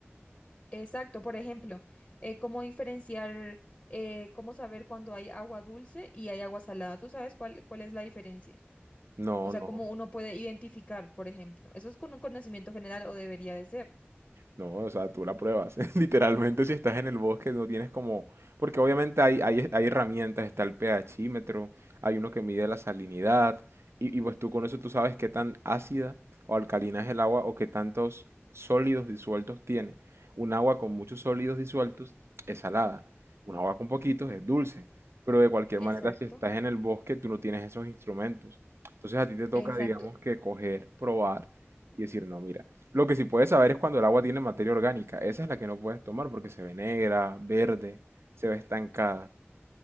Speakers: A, on the left (about 25°); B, on the right (about 75°).
A: Exacto, por ejemplo, eh, cómo diferenciar, eh, cómo saber cuando hay agua dulce y hay agua salada. ¿Tú sabes cuál, cuál es la diferencia?
B: No,
A: O sea,
B: no.
A: cómo uno puede identificar, por ejemplo. Eso es con un conocimiento general o debería de ser.
B: No, o sea, tú la pruebas. <laughs> Literalmente, si estás en el bosque, no tienes como. Porque obviamente hay, hay, hay herramientas, está el pHímetro, hay uno que mide la salinidad, y, y pues tú con eso tú sabes qué tan ácida o alcalina es el agua o qué tantos sólidos disueltos tiene. Un agua con muchos sólidos disueltos es salada, un agua con poquitos es dulce, pero de cualquier
A: Exacto,
B: manera, si estás en el bosque, tú no tienes esos instrumentos. Entonces a ti te toca,
A: exacto.
B: digamos, que coger, probar y decir, no, mira, lo que sí puedes saber es cuando el agua tiene materia orgánica. Esa es la que no puedes tomar porque se ve negra, verde, se ve estancada,